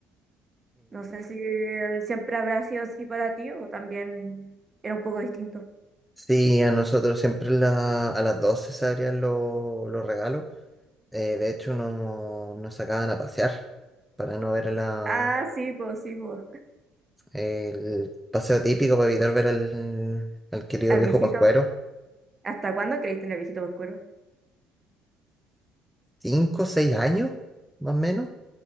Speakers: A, on the right; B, in the centre.
A: No sé si eh, siempre habrá sido así para ti o también era un poco distinto.
B: Sí, a nosotros siempre la- a las 12 se abrían lo- los regalos. Eh, de hecho, no, nos sacaban a pasear para no ver la,
A: Ah, sí, pues sí, pues.
B: el paseo típico, para evitar ver al, al querido
A: Al
B: viejo
A: viejito.
B: Pascuero.
A: ¿Hasta cuándo creíste en el viejito oscuro?
B: Cinco, seis años, más o menos.